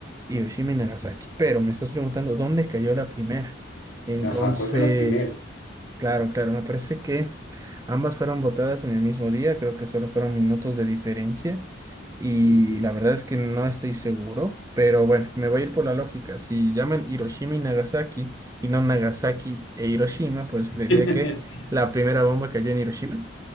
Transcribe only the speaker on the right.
Hiroshima y Nagasaki. Pero me estás preguntando dónde cayó la primera. Entonces,
claro, claro, me parece que ambas fueron botadas en el mismo día, creo que solo fueron minutos de diferencia. Y
la verdad es que no estoy seguro, pero bueno, me voy a ir por la lógica. Si llaman Hiroshima y Nagasaki, y no Nagasaki e Hiroshima, pues creería
que la primera bomba cayó en Hiroshima.